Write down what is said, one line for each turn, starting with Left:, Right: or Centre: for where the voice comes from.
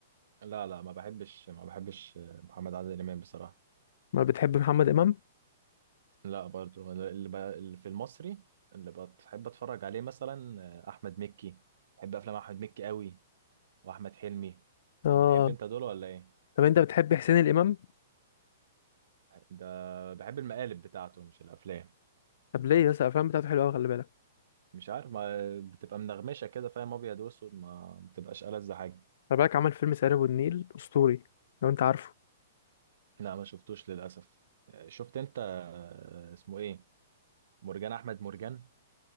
Right: لا لا ما بحبش ما بحبش محمد عادل امام بصراحه
Left: ما بتحب محمد امام
Right: لا برضو أنا اللي, ب... اللي في المصري اللي بحب اتفرج عليه مثلا آه، احمد مكي بحب افلام احمد مكي قوي واحمد حلمي
Left: اه
Right: بتحب انت دول ولا ايه
Left: طب انت بتحب حسين الامام
Right: ده بحب المقالب بتاعته مش الافلام
Left: طب ليه يا اسطى الافلام بتاعته حلوه قوي خلي بالك
Right: مش عارف ما بتبقى منغمشه كده فاهم ابيض واسود ما بتبقاش ألذ حاجه
Left: خلي بالك عمل فيلم سهر ابو النيل اسطوري لو انت عارفه
Right: لا ما شفتوش للاسف آه، شفت انت آه، اسمه ايه مرجان احمد مرجان